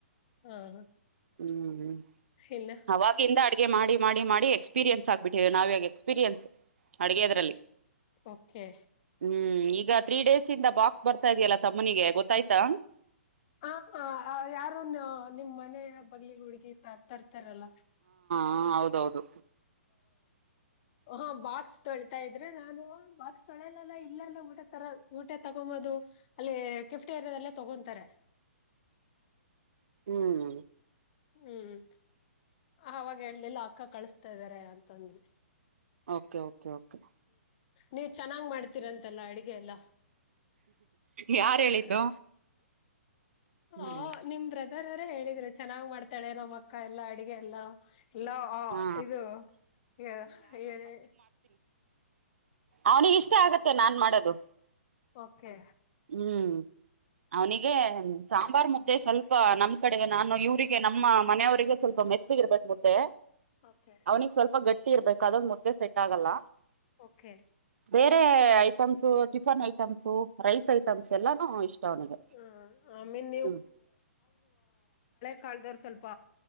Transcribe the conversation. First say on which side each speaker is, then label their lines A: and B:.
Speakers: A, on the left; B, on the right.
A: ಹ
B: ಹ್ಮ್
A: ಇಲ್ಲ
B: ಅವಾಗಿಂದ ಆಡಿ ಹೀಗೆ ಮಾಡಿ ಮಾಡಿ ಎಕ್ಸ್ಪೀರಿಯನ್ಸ್ ಆಗ್ಬಿಟ್ಟಿದ್ದ ನಾವ ಇವಗ ಎಕ್ಸ್ಪೀರಿಯನ್ಸ್. ಅಡಿಗೆದ್ರಲ್ಲಿ
A: ಓಕೆ
B: ಹ್ಮ್ ಈ ಈಗ ತ್ರೀ ಡೇಸ್ ಇಂದ ಬಾಕ್ಸ್ ಬರ್ತಾ ಇದೆಯಲ್ಲಾ ತಮ್ಮನಿಗೆ ಗೊತ್ತಾಯ್ತಾ.
A: ಆ ಹ ಆ ಯಾರು ನಿಮ್ ಮನೆಯ ಬಗ್ಲಿ ಹುಡ್ಗಿ ಈತ ತರ್ತ ತರಲ್ಲ
B: ಹಾ ಹೌದೌದು
A: ಓಹೋ ಬಾಕ್ಸ್ ತೊಳಿತಾ ಇದ್ರೆ ನಾನು ಬಾಕ್ಸ್ ತೊಳಲ್ಲಲ್ಲ ಇಲ್ಲೆಲ್ಲ ಊಟ ತರ ಊಟೆ ತಗೊಂಬದು ಅಲ್ಲಿ ಕೇಫಿಟೀರಿಯಾದಲ್ಲೇ ತಗೊಂತಾರೆ.
B: ಹ್ಮ್
A: ಹ್ಮ್ ಅವಾಗ ಹೇಳ್ಲಿಲ್ಲ. ಅಕ್ಕ ಕಳಸ್ತಾ ಇದಾರೆ ಅಂತಂದ್ರು.
B: Okay okay okay.
A: ನೀವ್ ಚೆನ್ನಾಗ್ ಮಾಡ್ತೀರಂತಲ್ಲ ಅಡಗೆ ಎಲ್ಲಾ.
B: ಯಾರ್
A: ಹ
B: ಹೇಳಿದ್ದು
A: ಅಹ್
B: ಹ್ಮ್
A: ಅಹ್ ನಿಮ್ ಬ್ರದರ್ ಅವರೇ ಹೇಳಿದ್ರು. ಚೆನ್ನಾಗ್ ಮಾಡ್ತಾಳೆ ನಮ್ಮ್ ಅಕ್ಕ ಎಲ್ಲಾ ಅಡಗೆ ಎಲ್ಲ. ಎಲ್ಲಾ ಆ
B: ಹಾ
A: ಇದು ಎ ಎರೆ.
B: ಅವ್ನಿಗೆ ಇಷ್ಟ ಆಗತ್ತೆ ನಾನ್ ಮಾಡದು.
A: ಓಕೆ
B: ಹ್ಮ್ ಅವನಿಗೆ ಸಾಂಬಾರ್ ಮುದ್ದೆ ಸ್ವಲ್ಪ ನಮ್ ಕಡೆ ನಾನು ಇವ್ರಿಗೆ ನಮ್ಮ ಮನೆಯವ್ರ್ ರಿಗು ಸ್ವಲ್ಪ ಮೆತ್ತಗ್ ಇರ್ಬೇಕ್ ನೋ ದೆ
A: ಓಕೆ
B: ಅವ್ನಿಗೆ ಸ್ವಲ್ಪ ಗಟ್ಟಿ ಇರ್ಬೇಕು ಅದೊಂದ್ ಮುದ್ದೆ ಸೆಟ್ ಆಗಲ್ಲ.
A: ಓಕೆ
B: ಬೇರೆ items. Tiffin items rice items ಎಲ್ಲಾನು ಇಷ್ಟ ಅವನಿಗೆ.
A: ಹ ಆಮೇನ್
B: ಹ್ಮ
A: ಕಾಲ್ದವ್ರ್ ಸ್ವಲ್ಪ.